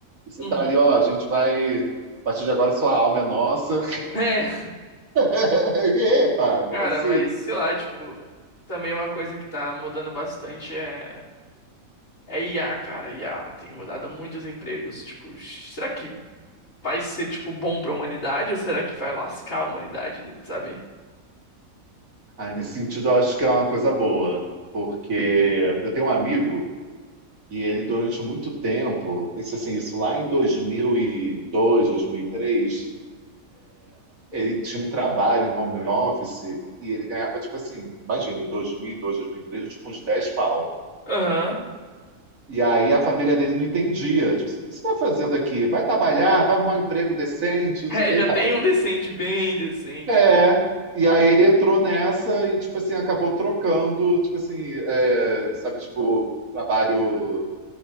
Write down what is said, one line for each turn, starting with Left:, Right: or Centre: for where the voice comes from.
Right: E você
Left: Uhum.
Right: tá ali, ó, a gente vai, a partir de agora sua alma é nossa.
Left: É,
Right: <laughs> Epa, como
Left: Cara,
Right: assim?
Left: mas sei lá, tipo, também uma coisa que tá mudando bastante é é IA, cara. IA tem mudado muitos empregos, tipo, será que vai ser tipo bom pra humanidade ou será que vai lascar a humanidade, sabe?
Right: Ah, nesse sentido, eu acho que é uma coisa boa, porque eu tenho um amigo. E ele, durante muito tempo, isso, assim, isso lá em 2002, 2003, ele tinha um trabalho em home office e ele ganhava, tipo assim, imagina, em 2002, 2003, tipo uns 10 pau.
Left: Aham. <laughs>
Right: E aí a família dele não entendia. Tipo assim, o que você está fazendo aqui? Vai trabalhar, vai arrumar um emprego decente, não
Left: É,
Right: sei o que
Left: já
Right: e tal.
Left: tem um decente, bem decente.
Right: É. E aí ele entrou nessa e, tipo assim, acabou trocando, tipo assim, é, sabe, tipo, o trabalho,